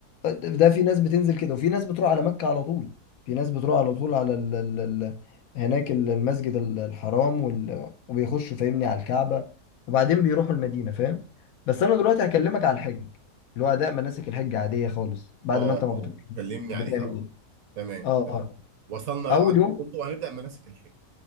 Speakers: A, on the left (about 70°); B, on the right (about 65°).
A: ده في ناس بتنزل كده وفي ناس بتروح على مكة على طول في ناس بتروح على طول على ال ال ال هناك ال- المسجد ال- الحرام وال... وبيخشوا فاهمني على الكعبة وبعدين بيروحوا المدينة فاهم بس أنا دلوقتي هكلمك على الحج اللي هو أداء مناسك الحج عادية خالص بعد
B: اه
A: ما أنت ما
B: اه
A: بتروح
B: كلمني
A: بتعمل
B: عليها اه
A: إيه؟
B: تمام
A: آه
B: تمام
A: آه.
B: وصلنا بقى
A: أول
B: وعدنا
A: يوم
B: كله وهنبدأ مناسك الحج